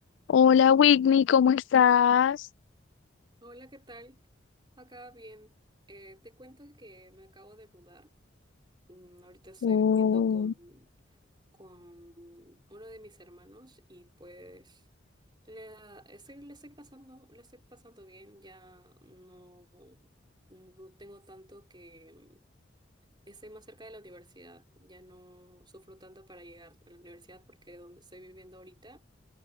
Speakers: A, on the left (about 70°); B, on the right (about 25°).
A: Hola Whitney, ¿cómo estás?
B: Hola, ¿qué tal? Acá bien. Eh, te cuento que me acabo de mudar. Mm, ahorita estoy
A: Oh,
B: viviendo con, con uno de mis hermanos y pues la estoy, le estoy pasando, le estoy pasando bien. Ya no, no tengo tanto que estoy más cerca de la universidad. Ya no sufro tanto para llegar a la universidad porque donde estoy viviendo ahorita